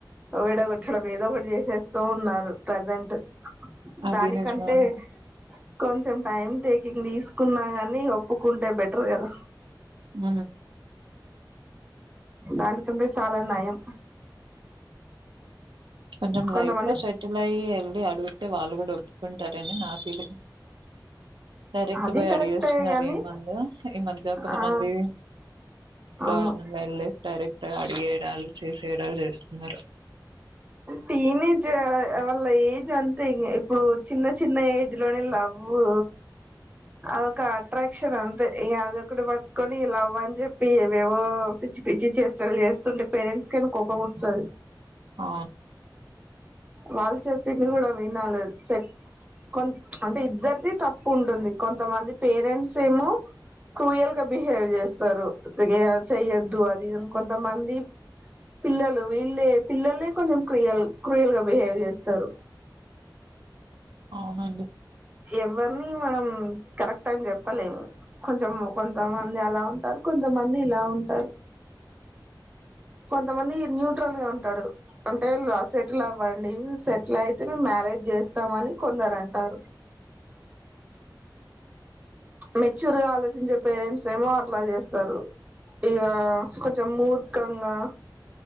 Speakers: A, on the right; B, on the right.
A: విడ గుట్డం మీద ఒకటి చేసేస్తూ ఉన్నారు ప్రజెంట్
B: అది
A: దానికంటే
B: నిజమే అనుకో
A: కొంచెం టైం కింది తీసుకున్నా కాని ఒప్పుకుంటే బెటర్ కదా
B: హ
A: దానికంటే చాలా నయం
B: కొంచం
A: కొంతమంది
B: లైఫ్ లో సెటిల్ యి అడుగుతే వ వాల్గుడ్తే ంటారని నా ఫీలింగ్ డైరెక్ట్
A: అది
B: పోయి
A: కరెక్టే
B: అడిగేస్తున్నారు
A: గాని
B: ఏమంది ఈ మధ్య కొంతమంది
A: ఆ అవును
B: దారుణంగా వెళ్ళి డైరెక్ట్ అడిగేడాలు చేసేడాలు చేస్తున్నారు
A: టీనేజ్ వళ్ళ లేజ్ అంతే ఇం ఇప్పుడు చిన్న చిన్న ఏజ్ లోనే లవ్వు అదక అట్రాక్షన్ అంత ఈ అదొక్కడు పట్టుకొని ఈ లవ్ అని చెప్పి ఏమేవో పిచ్చి పిచ్చి చేసినలు చేస్తుంటే పేరెంట్స్ కైనా కోపం వస్తుది
B: ఆ
A: వాళ్ళచతకి కూడా కూడా వినాాలు సట్ కొ అంటే ఇద్దరిది తప్పు ఉంటుంది కొంతమంది పేరెంట్స్ ఏమో క్రూయల్ గా బిహేవ్ చేస్తారు అకే స అద్దుూ అది కొంతమంది పిల్లలు వీళ్ళే పిల్లలే కొంచెం క్రియల్ క్రియల్ గా బిహేవ్ చేస్తారు
B: అవునండి
A: ఎవరిని మనం కరెక్ట్ అని చెప్పలేము కొంచెం కొంతమంది అలా ఉంటారు కొంతమంది ఇలా ఉంటారు కొంతమంది న్యూట్రల్ గా ఉంటాడు అంటే సెటిల్ అవ్వండి సెటిల్ అయితే మేము మ్యారేజ్ చేస్తామని కొందరు అంటారు మెచ్యూర్ గా ఆలోచించే పేరెంట్స్ ఏమో అట్లా చేస్తారు ఇయా కొ జమ్మూ ఇక్కంగా